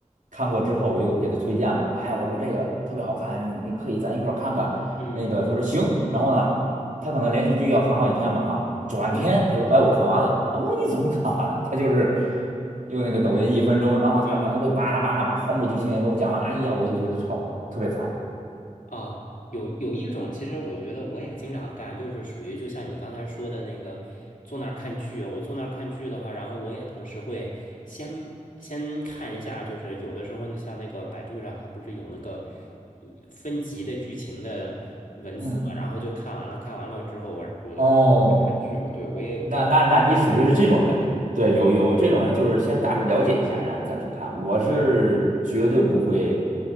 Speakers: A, on the right; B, on the left.
A: 看过之后，我就给他推荐嘛，哎，我说这个特别好看，你你可以咱一块儿看看。
B: 嗯，
A: 那个他说行，然后呢，他可能连续剧要看好几天嘛哈，转天他说哎我看完了，
B: 对，是他，
A: 啊我说你怎么看完的？他就是用那个抖音一分钟，然后他可能会巴拉巴拉把后面剧情也给我讲了，
B: 对啊。
A: 哎呀，我就觉得超特别烦，
B: 啊，有有一种，其实我觉得我也经常干，就是属于就像你刚才说的那个，坐那儿看剧。我坐那儿看剧的话，然后我也同时会先先看一下，就是有的时候呢，像那个百度上，它不是有那个嗯分级的剧情的文字嘛，
A: 嗯，
B: 然后就看完了，看完了之后我，我我我看剧，
A: 哦。
B: 对，我也有这，
A: 那那那你属于是这种人，对，有有这种人，就是先大致了解一下，然后再去看。我是绝对不会
B: 对，